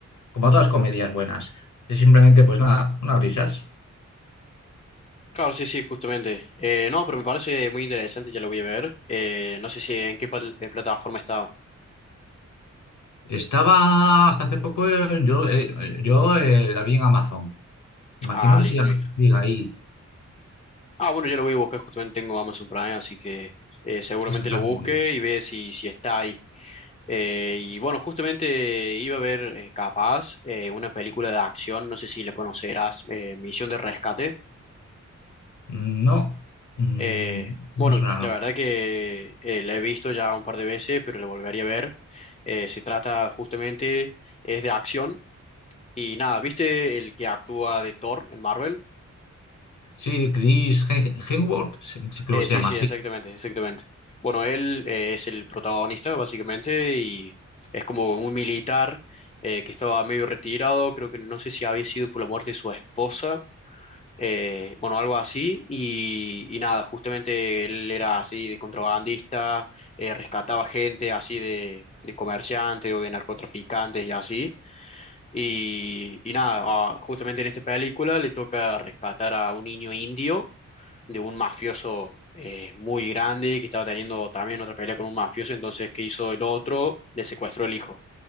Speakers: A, on the left (about 80°); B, on the left (about 20°).
A: como todas comedias buenas, es simplemente pues nada, unas risas.
B: Claro, sí, sí, justamente. Eh, no, pero me parece muy interesante, ya lo voy a ver. Eh, no sé si en qué pal- eh, plataforma estaba.
A: Estaba hasta hace poco, eh, yo, eh, yo eh, la vi en Amazon. Imagino
B: Ah,
A: que
B: listo,
A: siga,
B: listo.
A: siga ahí,
B: Ah, bueno, ya lo voy a buscar, justamente tengo Amazon Prime, así que eh, seguramente
A: exactamente.
B: lo busque y ve si, si está ahí. Eh, y bueno, justamente iba a ver eh, capaz eh, una película de acción, no sé si la conocerás, eh, Misión de Rescate.
A: No, mm,
B: Eh,
A: no
B: bueno,
A: me suena,
B: la
A: no.
B: verdad que eh, la he visto ya un par de veces, pero la volvería a ver. Eh, se trata justamente, es de acción y nada, ¿viste el que actúa de Thor en Marvel?
A: Sí, Chris Hem- Hemsworth, sí, sí, creo
B: Eh,
A: que
B: sí,
A: se llama
B: sí,
A: así.
B: exactamente, exactamente. Bueno, él eh, es el protagonista básicamente y es como un militar eh, que estaba medio retirado, creo que no sé si había sido por la muerte de su esposa eh, bueno, algo así, y, y nada, justamente él era así de contrabandista, eh, rescataba gente así de, de comerciantes o de narcotraficantes y así, y, y nada, ah, justamente en esta película le toca rescatar a un niño indio de un mafioso eh, muy grande que estaba teniendo también otra pelea con un mafioso, entonces, ¿qué hizo el otro? Le secuestró el hijo.